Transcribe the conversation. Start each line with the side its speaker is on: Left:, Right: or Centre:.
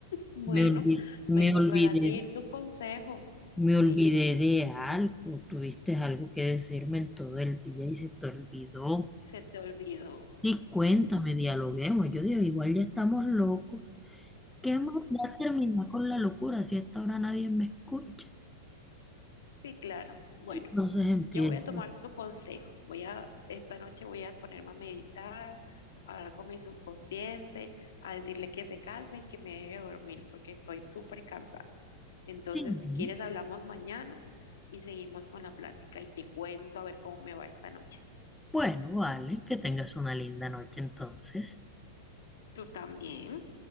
Left: Bueno,
Centre: Me olvidé, me
Left: me tocará
Centre: olvidé,
Left: seguir tu consejo.
Centre: me
Left: Sí,
Centre: olvidé de algo, tuviste algo que decirme en todo el día y se te olvidó.
Left: se te olvidó.
Centre: Y cuéntame,
Left: <laughs>
Centre: dialoguemos. Yo digo, igual ya estamos locos. que más da terminar con la locura si a esta hora nadie me escucha?
Left: Sí, claro. Bueno,
Centre: Entonces empiezo.
Left: yo voy a tomar tu consejo. Voy a, esta noche voy a ponerme a meditar, a hablar con mi subconsciente, a decirle que se calme y que me deje dormir porque estoy súper cansada. Entonces,
Centre: Sí.
Left: si quieres, hablamos mañana y seguimos con la plática y te cuento a ver cómo me va esta noche.
Centre: Bueno, vale, que tengas una linda noche entonces.
Left: Tú también.